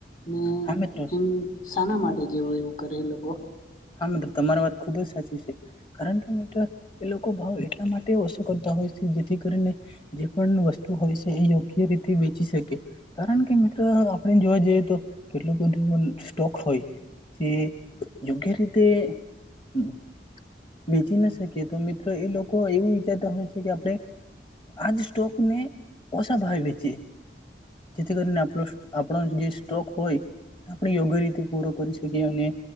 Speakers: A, on the left; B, on the left.
A: ને
B: હા મિત્ર
A: એમ. શાના માટે જેવું એવું કરે એ લોકો.
B: હા મિત્ર તમારી વાત ખુબ જ સાચી છે કારણ કે મિત્ર એ લોકો ભાવ એટલા મા તે ઓછો કરતા હોય છે જેથી કરીને જે પણ વસ્તુ હોય છે એ યો ગ્ય રીતે વેચી શકે કારણ કે મિત્ર. આપડે જોવા જઈએ તો કેટલુંક બધું એ સ્ટોક હોય જે યોગ્ય રી કે હ વેચી ના શકીએ તો મિત્રો એ લોકો એવું વિચારતા હોય છે કે આપડે આજ સ્ટોકને ઓછા ભાવે વેચીયે જેથી કરીને આપડો આપણો જે સ્ટોક હોય. આપણે યોગ્ય રીતે પૂરો કરી શકીએ અને.